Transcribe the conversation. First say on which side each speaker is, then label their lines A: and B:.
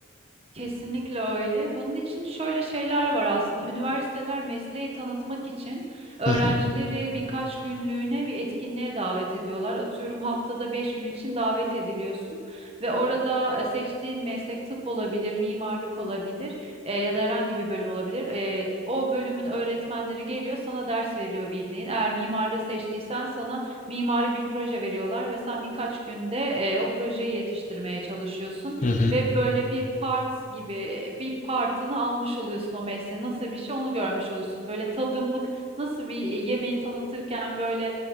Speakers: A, on the right (about 30°); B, on the left (about 35°).
A: Kesinlikle öyle. Bunun için şöyle şeyler var aslında. Üniversiteler mesleği tanıtmak için öğrencileri
B: Hı hı,
A: birkaç günlüğüne bir etkinliğe davet ediyorlar. Atıyorum haftada beş gün için davet ediliyorsun ve orada e, seçtiğin meslek tıp olabilir, mimarlık olabilir e, ya da herhangi bir bölüm olabilir. E, o bölümün öğretmenleri geliyor sana ders veriyor bildiğin. Eğer mimarlığı seçtiysen sana mimari bir proje veriyorlar ve sen birkaç günde e, o projeyi yetiştirmeye çalışıyorsun
B: hı hı.
A: ve böyle bir part gibi bir partını almış oluyorsun o mesleğin nasıl bir şey onu görmüş oluyorsun. Böyle tadımlık nasıl bir e, yemeği tanıtırken böyle